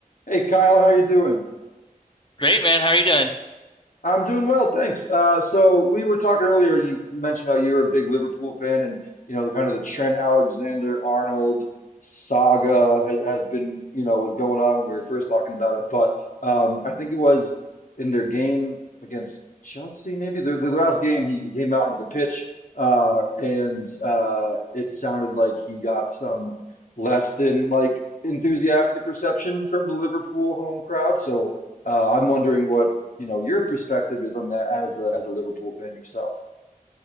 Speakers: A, on the left (about 60°); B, on the left (about 35°).
A: Hey Kyle, how you doing?
B: Great, man. How are you doing?
A: I'm doing well, thanks. Uh, so we were talking earlier, you mentioned how you're a big Liverpool fan, and you know, kind of the Trent Alexander-Arnold saga has, has been, you know, was going on when we were first talking about it. But um, I think it was in their game against Chelsea, maybe their, their last game, he came out onto the pitch, uh, and uh, it sounded like he got some less than like enthusiastic reception from the Liverpool home crowd. So. Uh, I'm wondering what you know, your perspective is on that as a as a Liverpool fan yourself.